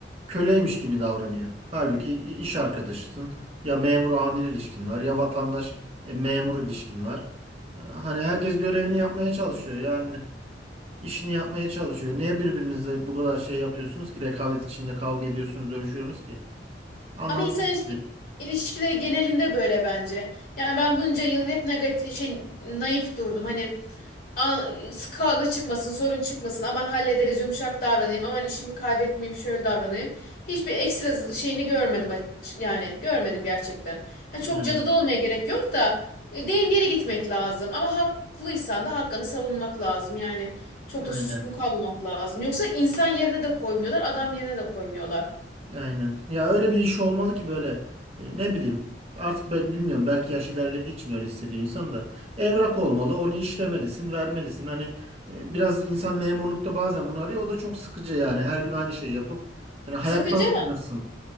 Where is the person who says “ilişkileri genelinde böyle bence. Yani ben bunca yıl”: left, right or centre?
Left